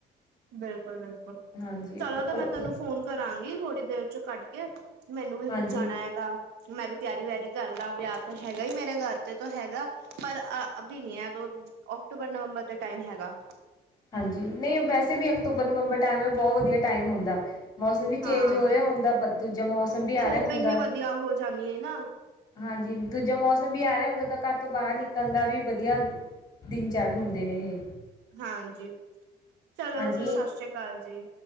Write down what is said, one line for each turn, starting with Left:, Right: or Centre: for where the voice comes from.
Right: ਬਿਲਕੁਲ-ਬਿਲਕੁਲ
Left: ਹਾਂਜੀ
Right: ਚਲੋ
Left: ਉੱਪਰੋਂ
Right: ਤੇ ਮੈਂ ਤੁਹਾਨੂੰ ਫੋਨ ਕਰਾਂਗੀ, ਥੋੜੀ ਦੇਰ ਚ ਕੱਟ ਕੇ। ਮੈਨੂੰ ਵੀ
Left: ਹਾਂਜੀ
Right: ਵ ਜਾਨਾ ਹੈਗਾ। ਮੈਂ ਵੀ ਤਿਆਰੀ ਵਿਆਰੀ ਕਰ ਲਾਂ। ਵਿਆਹ ਤੇ ਹੈਗਾ ਹੀ ਮੇਰੇ ਘਰ ਤੇ ਤਾ ਹੈਗਾ। ਪਰ ਆ ਅਭੀ ਨੀ ਹੈ। ਬੋਤ ਓਕਟੂਬਰ, ਨਵੰਬਰ ਦੇ ਟਾਈਮ ਹੈਗਾ।
Left: ਹਾਂਜੀ ਨਹੀਂ, ਵੈਸੇ ਵੀ ਅਕਤੂਬਰ ਨਵੰਬਰ ਟਾਈਮ ਤੇ ਬੋਤ ਵਧੀਆ ਟਾਈਮ ਹੁੰਦਾ। ਮੌਸਮ ਵੀ
Right: ਹਾਂ
Left: ਚੇਂਜ ਹੋ ਰਿਹਾ ਹੁੰਦਾ। ਤੇ ਦੂਜਾ ਮੌਸਮ ਵੀ
Right: ਸ਼ੋਪਿੰਗ
Left: ਆ ਰਿਹਾ ਹੁੰਦਾ
Right: ਵੀ
Left: ਏ।
Right: ਵਧੀਆ ਹੋ ਜਾਣੀ ਹੈ ਨਾ
Left: ਹਾਂਜੀ ਦੂਜਾ ਮੌਸਮ ਵੀ ਆ ਰੇ ਆ ਹੁੰਦਾ। ਤੇ ਘਰ ਤੋਂ ਬਾਰ ਨਿਕਲਨ ਦਾ ਵੀ ਵਧੀਆ। ਦਿਨ ਚੜ ਰੇਹੇ ਹੁੰਦੇ ਨੇਂ, ਇਹ।
Right: ਹਾਂਜੀ ਚਲੋ,
Left: ਹਾਂਜੀ
Right: ਫਿਰ ਸਤਿ ਸ਼੍ਰੀ ਅਕਾਲ ਜੀ।